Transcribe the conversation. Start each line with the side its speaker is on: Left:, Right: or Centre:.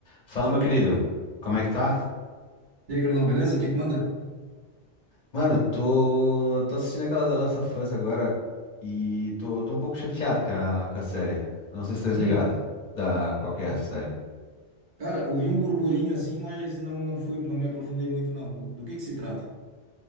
Left: Fala, meu querido. Como é que tá?
Right: E aí, Carlão, beleza? O que que manda?
Left: Mano, eu tô, tô assistindo aquela The Last of Us agora e tô, tô um pouco chateado com a, com a série. Não sei se tá ligado
Right: Hum,
Left: da
Right: hum.
Left: qual que é essa série.
Right: Cara, ouvi um burburinho assim, mas não não fui, não me aprofundei muito não. Do que que se trata?